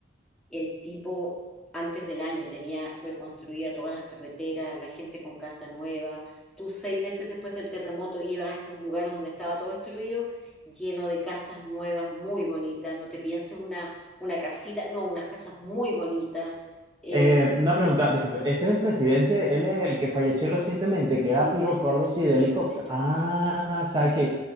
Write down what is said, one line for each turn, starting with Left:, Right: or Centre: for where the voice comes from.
Centre: El tipo, antes del año, tenía reconstruida todas las carreteras, la gente con casa nueva. Tú seis meses después del terremoto ibas a esos lugares donde estaba todo destruido, lleno de casas nuevas, muy bonitas. No te pienses una, una casita, no, unas casas muy bonitas. Eh,
Right: Eh, una pregunta, disculpe, este es el presidente, él es el que falleció recientemente, que era
Centre: sí,
Right: piloto,
Centre: señor,
Right: algo así,
Centre: sí,
Right: de helicóptero.
Centre: señor,
Right: Ah,
Centre: sí, señor.
Right: sabe que,